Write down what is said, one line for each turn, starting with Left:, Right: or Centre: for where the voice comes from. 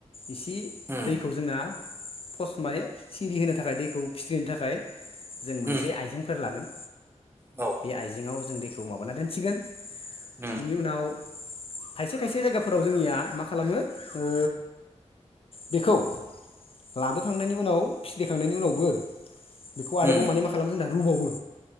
Left: इसे
Right: उम
Left: दैखौ जोंना पस्ट माने सिरि होनो थाखाय दैखौ फिथ्रिनो थाखाय जों मोनसे
Right: उम
Left: आइजेंफोर लागोन।
Right: औ
Left: बे आइजेंआव जों दैखौ माबाना दोनसिगोन।
Right: उम
Left: बेनि उनाव खायसे खायसे जायगाफोराव जोंनिया माखासे खालामो ओ बेखौ लाबोखांनायनि उनाव फिदिखांनायनि उनावबो बेखौ आरोबाव
Right: उम
Left: माने मा खालामो जोंना रुबावो।